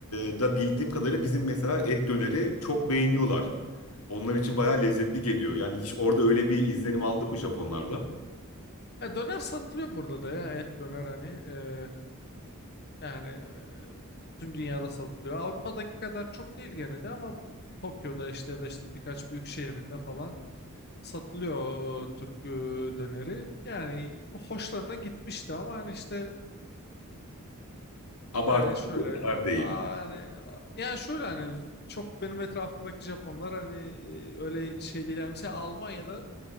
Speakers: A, on the left; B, on the left.
A: e, da bildiğim kadarıyla bizim mesela et döneri çok beğeniyorlar. Onlar için bayağı lezzetli geliyor. Yani hiç orada öyle bir izlenim aldın mı Japonlarda?
B: Ya döner satılıyor burada da ya et döner hani e, Yani eee, tüm dünyada satılıyor. Avrupa'daki kadar çok değil gene de ama bu Tokyo'da işte ya da işte birkaç büyük şehrinde falan satılıyor eee, Türk eee, döneri. Yani hoşlarına gitmişti ama hani işte
A: Abartılı
B: yani şöyle
A: kadar değil.
B: aa, yani aa, yani şöyle hani çok benim etrafımdaki Japonlar hani eee, öyle şey değil. Yani mesela Almanya'da